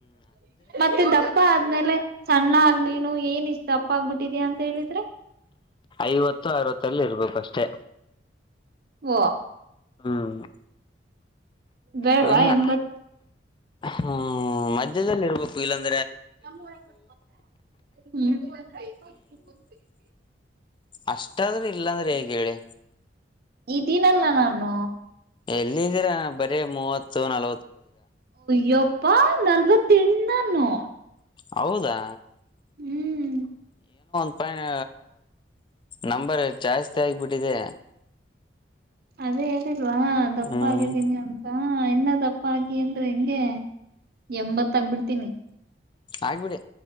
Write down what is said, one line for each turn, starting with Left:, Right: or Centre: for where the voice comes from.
Right: ಮತ್ತೆ ದಪ್ಪ ಆದ್ಮೇಲೆ ಸಣ್ಣ ಆಗ್ ನೀನು ಏನ ಇಷ್ಟ ತಪ್ಪಾಗಬಿಟ್ಟಿದ್ಯಾಯ ಅಂತ ಹೇಳಿದ್ರೆ
Left: ಐವತ್ತು ಅರವತ್ತಲ್ಲಿ ಇರ್ಬೇಕು ಅಷ್ಟೆ
Right: ಓ
Left: ಹ್ಮ
Right: ಬೇಡ್ವಾ
Left: ಹ
Right: ಎಂಬತ್
Left: ಹ್ಮ್ ಮಧ್ಯದಲ್ಲಿ ಇರ್ಬೇಕು ಇಲ್ಲಾಂದ.
Right: ಹ್ಮ.
Left: ಅಷ್ಟಾದ್ರೆ ಇಲ್ಲಾ ಅಂದ್ರೆ ಹೇಗೆ ಹೇಳಿ.
Right: ಇದೀಿನಲ್ಲ ನ್ಣು.
Left: ಎಲ್ಲಿದ್ದೀರಾ ಬರೀ ಮೂವತ್. ಸೌ ನಲ.
Right: ಯ. ಪ್ಪಾ ನಲ್ವತ್ತೆಣ್ಣ ನೋ.
Left: ಹೌದಾ.
Right: ಹ್ಮ್.
Left: ಅಾಯ ನಂಬರ್ ಜಾಸ್ತಿ ಆಗ್ಬಿಟ್ಟಿದೆ.
Right: ಅದೇ ಇಲ್ವಾ ದಪ್ಪಾಗಿದ್ದೀನಿ
Left: ಹ್ಮ್
Right: ಅಂತ ಹಾ ಇನ್ನದಪ್ಪ ಹಾಗಗಿ ಅಂದ್ರೆ ಹೆಂಗೆ ಎಂಬತ್ತಗ್ಬಿಡ್ತೀನಿ
Left: ಆಗ್ಬಿಡಿ